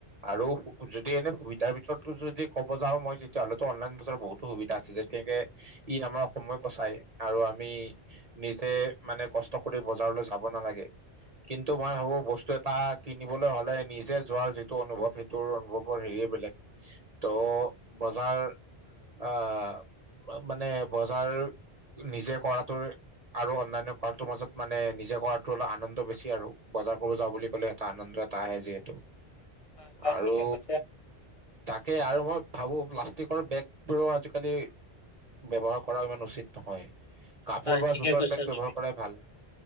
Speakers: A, on the right; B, on the left.
A: আৰু যদি এনে সুবিধাৰ ভিতৰত যদি ক'ব যাওঁ, মই তেতিয়া হ'লেতো অনলাইন বজাৰত বহুতো সুবিধা আছে যেতিয়াকে ই আমাৰ সময় বচাই, আৰু আমি নিজে মানে কষ্ট কৰি বজাৰলৈ যাব নালাগে। কিন্তু মই ভাবো, বস্তু এটা কিনিবলৈ হ'লে নিজে যোৱাৰ যিটো অনুভৱ সেইটো তোৰ অনুভৱৰ হেৰিয়ে বেলেগ ত' বজাৰ, আহ মানে বজাৰ নিজে কৰাটো আৰু অনান্য কৰাটো মাজত মানে নিজে কৰাটো অলপ আনন্দ বেছি আৰু বজাৰ কৰিব যাওঁ বুলি ক'লে এটা আনন্দ, আহে যিহেতু,
B: হয়, হয়,
A: আৰু
B: ঠিকে কৈছে
A: তাকে আৰু মই- ভাবো প্লাষ্টিকৰ বেগবোৰো আজিকালি ব্যৱহাৰ কৰা ইমান উচিত নহয়। কাপোৰ
B: হয়
A: বা
B: ঠিকে
A: জোতৰ
B: কৈছা
A: বেগ ব্যৱহাৰ
B: তুমি,
A: কৰাই ভাল